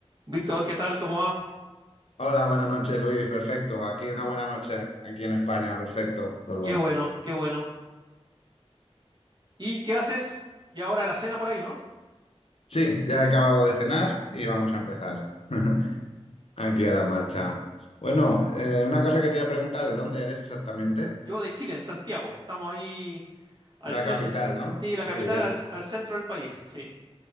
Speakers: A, on the right; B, on the left.
A: Víctor, ¿qué tal? ¿Cómo va?
B: Hola, buenas noches, Luis. Perfecto. Aquí una buena noche, aquí en España. Perfecto, todo.
A: Qué bueno, qué bueno. ¿Y qué haces? Y ahora la cena por ahí, ¿no?
B: Sí, ya he acabado de cenar y vamos a empezar. <laughs> Aquí a la marcha. Bueno, eh, una cosa que te voy a preguntar, ¿de dónde eres exactamente?
A: Yo de Chile, en Santiago. Estamos ahí al
B: La
A: centro,
B: capital, ¿no?
A: sí, la capital,
B: Muy bien.
A: al, al centro del país, sí.